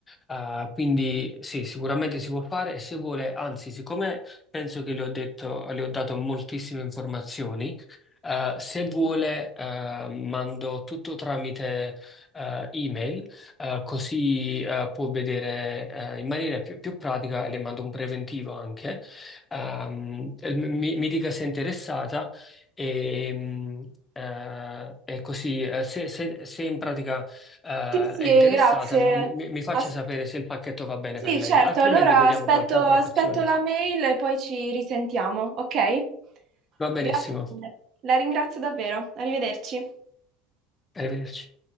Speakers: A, on the left (about 20°); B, on the right (about 45°).
A: Eh, quindi sì, sicuramente si può fare e se vuole, anzi, siccome penso che le ho detto, le ho dato moltissime informazioni. Eh, se vuole, eh, mando tutto tramite eh, email, eh, così eh, può vedere eh, in maniera più, più pratica e le mando un preventivo anche. Ehm, e mi, mi dica se è interessata e, mm, eh, e così eh, se, se- se in pratica eh,
B: Sì, sì,
A: è interessata
B: grazie.
A: m- mi, mi faccia
B: As-
A: sapere se il pacchetto va bene
B: sì,
A: per lei,
B: certo,
A: altrimenti
B: allora
A: vediamo
B: aspetto,
A: qualche altra
B: aspetto
A: opzione.
B: la mail e poi ci risentiamo, ok?
A: Va benissimo,
B: Grazie mille. La ringrazio davvero. Arrivederci.
A: arrivederci.